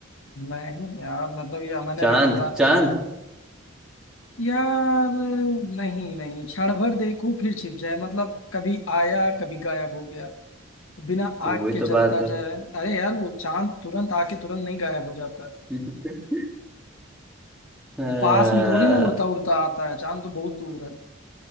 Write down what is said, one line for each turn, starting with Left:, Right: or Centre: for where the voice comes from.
Left: नहीं यार मतलब ये मैंने
Centre: चांद
Left: रखल
Centre: चांद
Left: यार नहीं नहीं क्षण भर देखूं फिर छिप जाए मतलब कभी आया कभी गायब हो गया बिना
Centre: तो
Left: आग
Centre: वही
Left: के
Centre: तो बात
Left: जलता
Centre: है
Left: जाए अरे यार वो चांद तुरंत आके तुरंत नहीं गायब हो जाता
Centre: <laughs> आ,
Left: और पास में थोड़ी ना उड़ता उड़ता आता है चांद तो बहुत दूर है